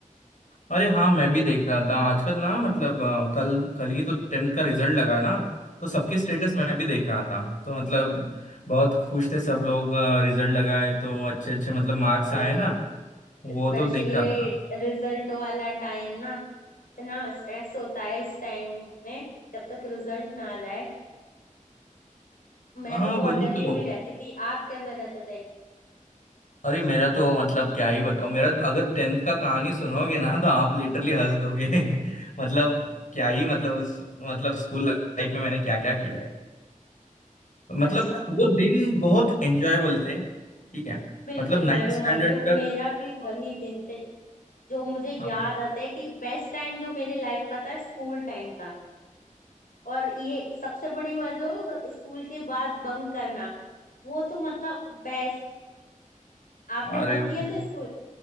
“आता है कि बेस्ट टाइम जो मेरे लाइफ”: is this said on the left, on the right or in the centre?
Left